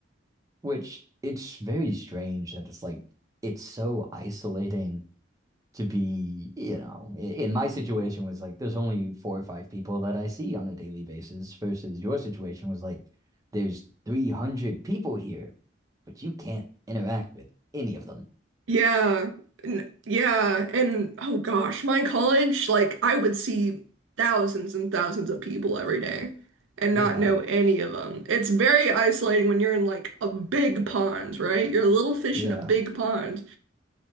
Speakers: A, on the right; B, on the right.
A: Which it's very strange that it's like it's so isolating to be, you know, in my situation was like there's only four or five people that I see on a daily basis versus your situation was like there's 300 people here, but you can't interact with any of them.
B: Yeah. N- yeah. And oh gosh, my college, like I would see thousands and thousands of people every day and
A: Yeah.
B: not know any of them. It's very isolating when you're in like a big pond, right? You're a little fish
A: Yeah,
B: in a big pond.